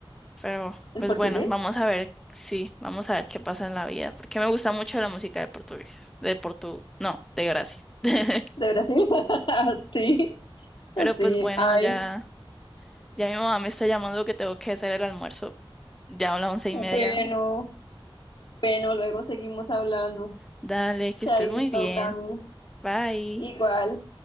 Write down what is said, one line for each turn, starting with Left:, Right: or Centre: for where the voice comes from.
Centre: Pero
Left: ¿El
Centre: pues
Left: portugués
Centre: bueno, vamos a ver, sí, vamos a ver qué pasa en la vida, porque me gusta mucho la música de portugués, de portu, no, de Brasil. <laughs>
Left: de Brasil? <laughs> Sí,
Centre: Pero
Left: sí,
Centre: pues bueno,
Left: ay,
Centre: ya, ya mi mamá me está llamando que tengo que hacer el almuerzo, ya a las once y
Left: bueno,
Centre: media.
Left: bueno, luego seguimos hablando.
Centre: Dale, que
Left: Chaito,
Centre: estés muy bien,
Left: Cami,
Centre: bye.
Left: igual.